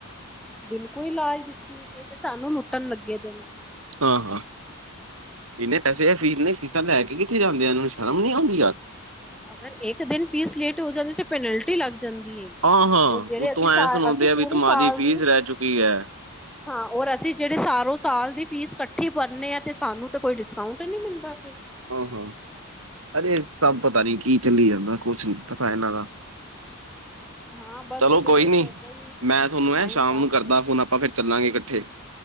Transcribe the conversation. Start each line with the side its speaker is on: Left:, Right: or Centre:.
Centre: ਬਿਲਕੁਲ ਈ ਲਾ ਦਿੱਤੀ ਹੈਗੀ ਤੇ ਸਾਨੂੰ ਲੁੱਟਣ ਲੱਗੇ ਦੇ ਨੇ।
Right: ਆਂ ਹਾਂ। ਇੰਨੇ ਪੈਸੇ ਏ ਫੀਸ ਏਨੇ ਫੀਸਾਂ ਲੈਕੇ ਕਿੱਥੇ ਜਾਂਦੇ ਆ ਇਹਨਾਂ ਨੂੰ ਸ਼ਰਮ ਨੀ ਆਂਦੀ ਯਾਰ।
Centre: ਅਗਰ ਇਕ ਦਿਨ ਫੀਸ ਲੇਟ ਹੋ ਜਾਂਦੀ ਤੇ ਪੈਨਲਟੀ ਲੱਗ ਜਾਂਦੀ ਹੈਗੀ।
Right: ਹਾਂ ਹਾਂ
Centre: ਉਹ ਜਿਹੜੇ
Right: ਉਤੋਂ
Centre: ਅਸੀਂ ਸ
Right: ਐਂ ਸੁਣਾਉਂਦੇ
Centre: ਅਸੀਂ
Right: ਆ ਵੀ
Centre: ਪੂਰੀ
Right: ਤੁਹਾਡੀ
Centre: ਸਾਲ
Right: ਫੀਸ
Centre: ਦੀ
Right: ਰਹਿ ਚੁੱਕੀ ਹੈ
Centre: ਹਾਂ ਅਰ ਅਸੀਂ ਜਿਹੜੇ ਸਾਰੋਂ ਸਾਲ ਦੀ ਫੀਸ ਇਕੱਠੀ ਭਰਨੇ ਆ ਤੇ ਸਾਨੂੰ ਤਾਂ ਕੋਈ ਡਿਸਕਾਊਂਟ ਨਹੀਂ ਮਿਲਦਾ ਫਿਰ।
Right: ਆਂ ਹਾਂ, ਅਰੇ ਏ ਸਭ ਪਤਾ ਨੀ ਕੀ ਚੱਲੀ ਜਾਂਦਾ? ਕੁਛ ਨੀ ਪਤਾ ਏਹਨਾਂ ਦਾ।
Centre: ਹਾਂ ਬਸ
Right: ਚਲੋ
Centre: ਇਹ ਤੇ
Right: ਕੋਈ
Centre: ਸਿਰਫ
Right: ਨੀ,
Centre: ਏਦਾਂ ਹੀ
Right: ਮੈਂ ਥੋਨੂੰ
Centre: ਟਾਈਮ
Right: ਐਂ ਸ਼ਾਮ
Centre: ਪਾਸ
Right: ਨੂੰ ਕਰਦਾ
Centre: ਕਰ
Right: ਫੋਨ ਆਪਾਂ ਫਿਰ ਚੱਲਾਂਗੇ
Centre: ਹੂੰ
Right: ਕੱਠੇ।